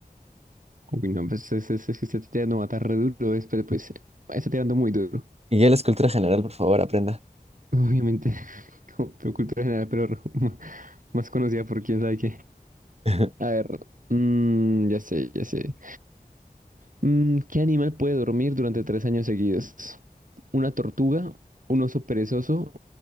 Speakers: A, on the right; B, on the right.
A: Uy, no, pues es, es- es que se está tirando a matar re duro, es, pero pues eh, está tirando muy duro.
B: Miguel, es cultura general, por favor, aprenda.
A: Obviamente, <laughs> como pero cultura general, pero <laughs> m- más conocida por quién sabe qué.
B: <laughs>
A: A ver, mm, ya sé, ya sé. Mm, ¿qué animal puede dormir durante tres años seguidos? ¿Una tortuga, un oso perezoso,